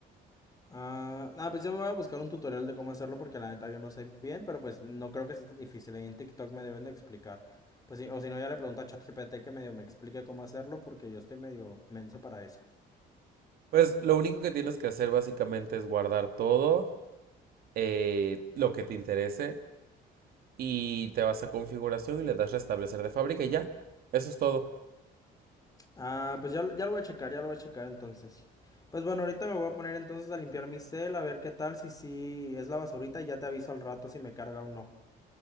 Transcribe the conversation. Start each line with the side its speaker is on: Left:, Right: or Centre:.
Left: Ah, ah, pues yo me voy a buscar un tutorial de cómo hacerlo porque la neta yo no sé bien, pero pues no creo que sea tan difícil. Ahí en TikTok me deben de explicar. Pues sí, o si no, ya le pregunto a ChatGPT que medio me explique cómo hacerlo porque yo estoy medio menso para eso.
Right: Pues lo único que tienes que hacer básicamente es guardar todo eh, lo que te interese y te vas a configuración y le das restablecer de fábrica y ya, eso es todo.
Left: Ah, pues ya, ya lo voy a checar, ya lo voy a checar entonces. Pues bueno, ahorita me voy a poner entonces a limpiar mi cel, a ver qué tal, si sí es la basurita, y ya te aviso al rato si me carga o no.